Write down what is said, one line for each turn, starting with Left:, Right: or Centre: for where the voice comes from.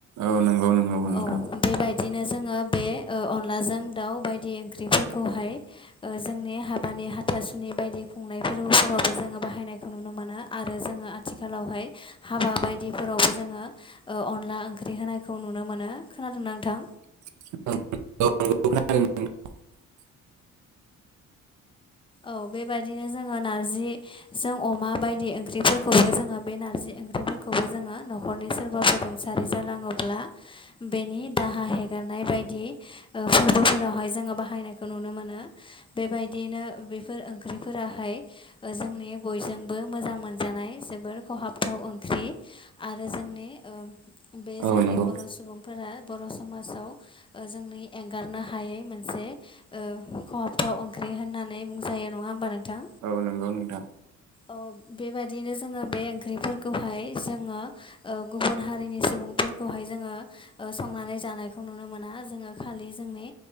Right: औ नंगौ नंगौ नोंथां
Left: औ बेबादि बिदिनो जोङो बे ओ अनलाजों दाउ बायदि ओंख्रिफोरखौहाय ओ जोंनि हाबानि बे हाथासुनि बायदि खुंनायफोरावबो जोङो बाहायनायखौ नुनो मोनो आरो जोङो आथिखालावहाय हाबा बायदिफोरावबो जोङो अनला ओंख्रि होनायखौ नुनो मोनो खोनादों नोंथां?
Right: <unintelligible>
Left: औ बेबायदिनो जोङो नारजिजों अमा बायदि ओंख्रिफोरखौबो जोङो बे नारजि ओंख्रिफोरखौबो जोङो न'खरनि सोरबाफोर रुंसारि जालाङोब्ला बेनि दाहा हेगार एरनाय बायदि ओ फोरबोफोरावहाय जोङो बाहायनायखौ नुनो मोनो बेबायदिनो बेफोर ओंख्रिफोराहाय जोंनि बयजोंबो मोजां मोनजानाय जोबोर खहाबथाव अ' ओंख्रि आरो जोंनि ओ बे जोंनि
Right: औ नंगौ
Left: बर' सुबुं फोरा बर' समाजाव ओ जोंनि एंगारनो हायै मोनसे ओ खम गोथाव ओंख्रि होननानै बुंजायो नङा होमबा नोंथां।
Right: औ नंगौ नोंथां
Left: अ' बेबायदिनो जोङो बे ओंख्रिफोरखौहाय जोङो ओ गुबुन हारिनि सुबुं फोरहाय जोङो ओ संनानै जानायखौ नुनो मोना जोङो खालि जोंनि